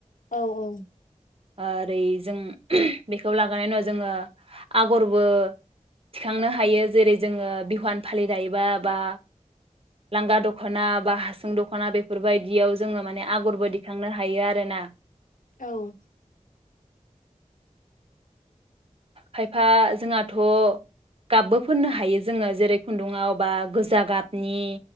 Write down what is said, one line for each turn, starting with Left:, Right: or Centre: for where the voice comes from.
Left: औ औ
Right: ओरै जों बेखौ लागोननि उनाव जोङो आगरबो थिखांनो हायो, जेरै जोङो बिहुफान फालि दायोबा बा लांगा द'खना बा हासुं द'खना बेफोरबायायदियाव, जोङो माने आगरबो दिखांनो हायो आरो सोना
Left: औ
Right: खायफा जोंहाथ'गाबबो फोननो हायो जोङो जेरै खुन्दुङाव बा गोजा गाबनि